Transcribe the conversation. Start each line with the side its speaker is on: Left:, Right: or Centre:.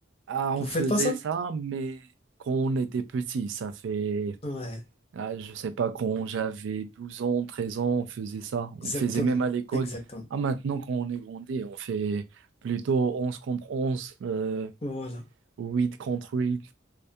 Right: Ah on
Left: Vous
Right: faisait
Left: faites pas ça?
Right: ça, mais quand on était petit, ça fait,
Left: Ouais,
Right: ah, je sais pas, quand j'avais 12 ans, 13 ans, on faisait ça.
Left: exactement.
Right: On faisait même à l'école.
Left: Exactement.
Right: Ah maintenant quand on est grandi, on fait plutôt 11 contre 11 euh,
Left: Voilà.
Right: huit contre huit